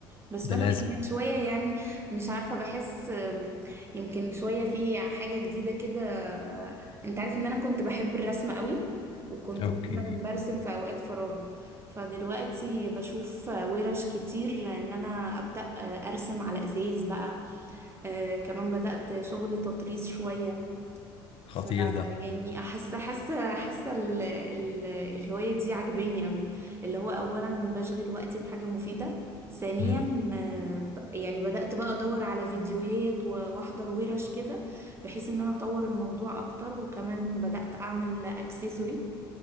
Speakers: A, on the right; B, on the left.
A: بس
B: ده
A: انا
B: لازم
A: انا شويه يعني مش عارفه بحس أم، يمكن شويه في حاجه جديده كده انت عارف ان انا كنت بحب الرسم قوي وكنت
B: اوكي
A: دايما برسم في اوقات فراغي فدلوقتي بشوف ورش كتير ان انا ابدا آه، ارسم على ازاز بقى آه، كمان بدات شغل تطريز شويه
B: خطير
A: ف
B: ده
A: يعني حاسه حاسه حاسه ال- ال- الهوايه دي عجباني قوي اللي هو اولا بشغل وقتي بحاجه مفيده ثانيا
B: امم
A: آه، ب- يعني بدأت بقى ادور على فيديوهات و- واحضر ورش كده بحيث ان انا اطور الموضوع اكتر وكمان بدأت اعمل اكسسوري